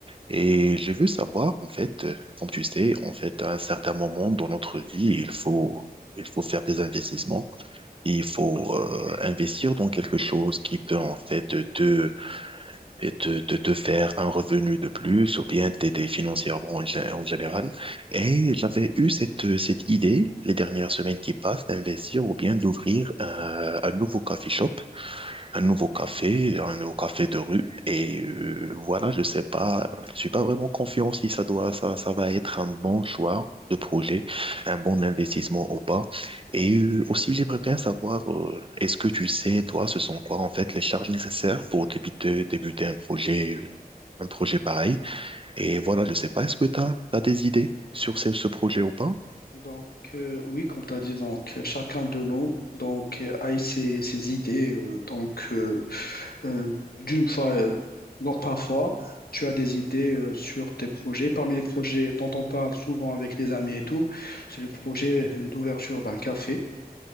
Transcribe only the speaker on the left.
Oui,
oui.
Donc, euh, oui, comme tu as dit, donc, chacun de nous donc, euh, a ses, ses idées. euh, donc, euh, euh, d'une fois, euh, donc parfois, tu as des idées euh, sur tes projets. Parmi les projets dont on parle souvent avec les amis et tout, c'est le projet euh, d'ouverture d'un café.